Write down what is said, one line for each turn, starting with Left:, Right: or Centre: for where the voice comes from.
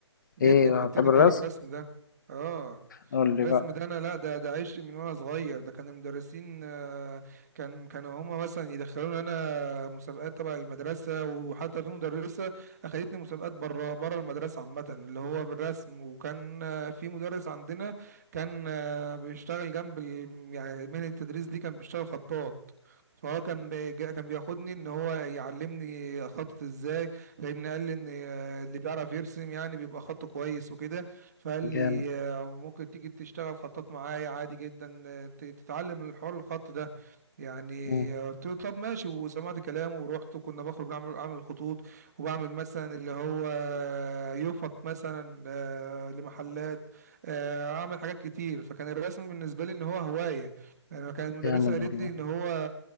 Right: جيت
Left: ايه
Right: لي في حتتي
Left: بتحب الرسم
Right: حوار الرسم ده اه
Left: قول لي
Right: الرسم
Left: بقى
Right: ده انا لا ده ده عشق من وانا صغير ده كان المدرسين آه، كان كانوا هما مثلا يدخلوني انا مسابقات تبع المدرسه وحتى في مدرسه اخدتني مسابقات بره بره المدرسه عامه اللي هو بالرسم وكان آه، في مدرس عندنا كان آه، بيشتغل جنب ال- يعني مهنه التدريس دي كان بيشتغل خطاط فهو كان بيجا- كان بياخدني ان هو يعلمني اخطط ازاي لان قال لي ان آه، اللي بيعرف يرسم يعني بيبقى خطه كويس وكده فقال
Left: جامد
Right: لي آه، ممكن تيجي تشتغل خطاط معايا عادي جدا آه، ت- تتعلم الحوار الخط ده يعني
Left: مم.
Right: آه، قلت له طب ماشي وسمعت كلامه ورحت وكنا بخرج اعمل اعمل خطوط وبعمل مثلا اللي هو آه، يفط مثلا آه، لمحلات آه، اعمل حاجات كتير فكان الرسم بالنسبه لي ان هو هوايه يعني. انا كانت المدرسه
Left: جامد
Right: قالت
Left: والله
Right: لي ان هو